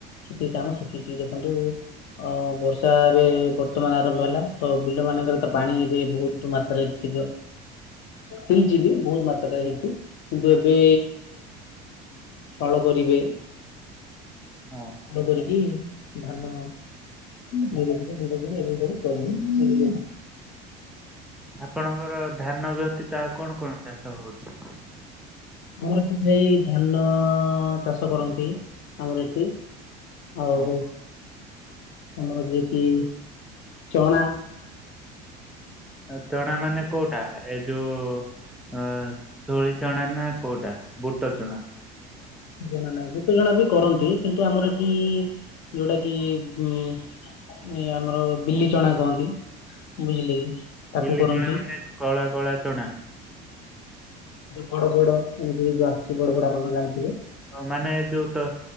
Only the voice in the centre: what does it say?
ହଁ
ଆପଣଙ୍କର ଧାନ ବ୍ୟତୀତ ଆଉ କଣ କଣ ଚାଷ ହଉଛି?
ହଁ
ଚଣା ମାନେ
କୋଉଟା
ଏ ଯୋଉ ଶୋଳି ଚଣା ନା କୋଉଟା ବୁଟ ଚଣା?
ବିଲି
ଚଣା ମାନେ ଯୋଉ କଳା କଳା ଚଣା।
ହ ମାନେ ଯୋଉ ତ